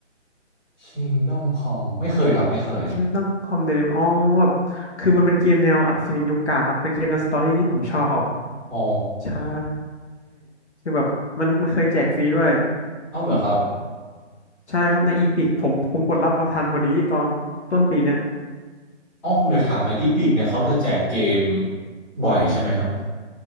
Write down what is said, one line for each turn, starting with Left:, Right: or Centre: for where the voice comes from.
Centre: Kingdom c o m ไม่เคยครับไม่เคย
Left: คิตดองคอมเดลิมอ๋อแบบคือมันเป็นเกมแนวอัศวินยุคกลางครับเป็นเกมแนวสตอรี่ที่ผมชอบ
Centre: อ๋อ
Left: ใช่คือแบบมันมันเคยแจกฟรีด้วย
Centre: เอ้าเหรอครับ
Left: ใช่ครับในอีพิกผมผมกดรับมาทันพอดีตอนต้นปีเนี้ย
Centre: เอ้าผมอยากถามหน่อยอีพิกเนี่ยเขาจะแจกเกมบ่อยใช่ไหมครับ